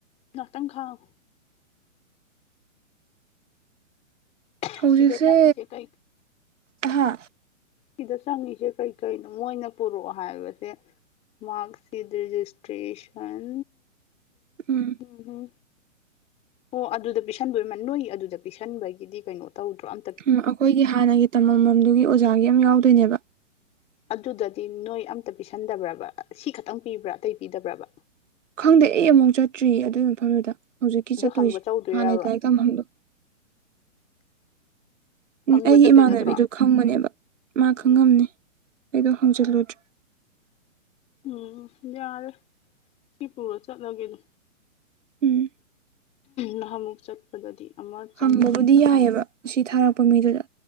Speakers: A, on the left; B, on the right.
A: ꯉꯥꯛꯇꯪ ꯈꯥꯎ ꯑꯁ
B: ꯍꯧꯖꯤꯛꯁꯦ
A: ꯁꯤꯗ ꯆꯪꯉꯤꯁꯦ ꯀꯩ
B: ꯑꯍꯥ
A: ꯁꯤꯗ ꯆꯪꯉꯤꯁꯦ ꯀꯩꯀꯩꯅꯣ ꯃꯣꯏꯅ ꯄꯨꯔꯛꯑꯣ ꯍꯥꯏꯕꯁꯦ ꯃꯥꯛꯁꯤꯠ ꯔꯖꯤꯁꯇ꯭ꯔꯦꯁꯟ
B: ꯎꯝ
A: ꯎꯝ ꯍꯝ ꯑꯣ ꯑꯗꯨꯗ ꯄꯤꯁꯟꯕꯣꯏ ꯅꯣꯏ ꯑꯗꯨꯗ ꯄꯤꯁꯟꯕꯒꯤꯗꯤ ꯀꯩꯅꯣ ꯇꯧꯗ꯭ꯔꯣ ꯑꯝ
B: ꯎꯝ ꯑꯈꯣꯏꯒꯤ ꯍꯥꯟꯅꯒꯤ ꯇꯝꯃꯝꯃꯝꯗꯨꯒꯤ ꯑꯣꯖꯥꯒꯤ ꯑꯝ ꯌꯥꯎꯗꯣꯏꯅꯦꯕ
A: ꯑꯗꯨꯗꯗꯤ ꯅꯣꯏ ꯑꯝꯇ ꯄꯤꯁꯟꯗꯕ꯭ꯔꯕ ꯁꯤ ꯈꯛꯇꯪ ꯄꯤꯕ꯭ꯔꯥ ꯑꯇꯩ ꯄꯤꯗꯕ꯭ꯔꯕ
B: ꯈꯪꯗꯦ ꯑꯩ ꯑꯃꯨꯛ ꯆꯠꯇ꯭ꯔꯤꯌꯦ ꯑꯗꯨꯏ ꯃꯐꯝꯗꯨꯗ ꯍꯧꯖꯤꯛꯀꯤ
A: ꯑꯗꯨ
B: ꯆꯠꯇꯣꯏꯁꯦ
A: ꯍꯪꯕ ꯆꯧꯗꯣꯏꯔꯕ
B: ꯍꯥꯟꯅꯩ ꯂꯥꯏꯔꯤꯛ ꯇꯝꯐꯝꯗꯣ
A: <inaudible>
B: ꯎꯝ
A: ꯍꯪꯕ
B: ꯑꯩꯒꯤ
A: ꯆꯠꯇꯣꯏ
B: ꯏꯃꯥꯟꯅꯕꯤꯗꯣ
A: ꯅꯠꯇ꯭ꯔꯣ
B: ꯈꯪꯕꯅꯦꯕ ꯃꯥ ꯈꯪꯉꯝꯅꯤ
A: ꯎꯝ
B: ꯑꯩꯗꯣ ꯍꯪꯖꯜꯂꯨꯗ꯭ꯔꯦ
A: ꯎꯝ ꯌꯥꯔꯦ ꯁꯤ ꯄꯨꯔ ꯆꯠꯂꯒꯦ ꯑꯗꯨ
B: ꯎꯝ
A: ꯅꯍꯥꯟꯃꯨꯛ ꯆꯠꯄꯗꯗꯤ ꯑꯃ ꯆꯪꯒꯤꯅ
B: ꯍꯪꯕꯕꯨꯗꯤ ꯌꯥꯏꯑꯕ
A: ꯍꯥꯏꯕ
B: ꯁꯤ ꯊꯥꯔꯛꯄ ꯃꯤꯗꯨꯗ